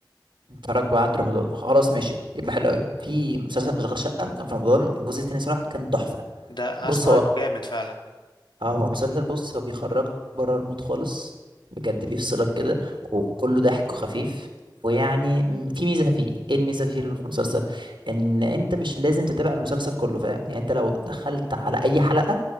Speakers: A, on the right (about 75°); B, on the left (about 70°).
A: اتفرج بعد رمضان خلاص ماشي يبقى حلو قوي في مسلسل اشغال شقة كان في رمضان الجزء التاني صراحة كان تحفة
B: ده
A: بص
B: اسمع
A: هو
B: انه جامد فعلا
A: اه هو مسلسل بص هو بيخرجك بره المود خالص بجد بيفصلك كده وكله ضحك وخفيف ويعني م- في ميزة فيه ايه الميزة فيه اللي في المسلسل ان انت مش لازم تتابع المسلسل كله فاهم يعني انت لو دخلت على اي حلقة